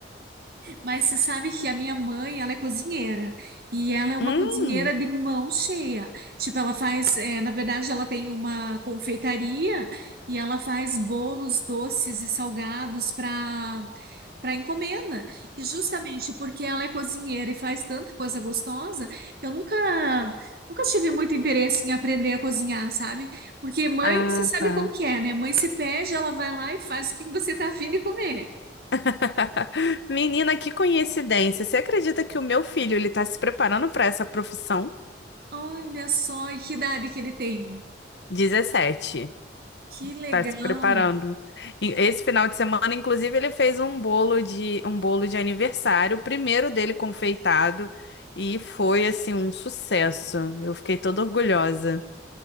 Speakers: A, on the right; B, on the left.
A: Mas você sabe que a minha mãe, ela é cozinheira. E ela é uma
B: Hum.
A: cozinheira de mão cheia. Tipo, ela faz, eh, na verdade, ela tem uma confeitaria e ela faz bolos doces e salgados para para encomenda. E justamente porque ela é cozinheira e faz tanta coisa gostosa, eu nunca nunca tive muito interesse em aprender a cozinhar, sabe? Porque mãe,
B: Ah,
A: você sabe
B: tá.
A: como que é, né? Mãe se pede, ela vai lá e faz o que você tá afim de comer.
B: <laughs> Menina, que coincidência. Você acredita que o meu filho ele tá se preparando para essa profissão?
A: Olha só, e que idade que ele tem.
B: 17.
A: Que legal.
B: Tá se preparando. E Esse final de semana, inclusive, ele fez um bolo de um bolo de aniversário, o primeiro dele confeitado, e foi assim um sucesso. Eu fiquei toda orgulhosa.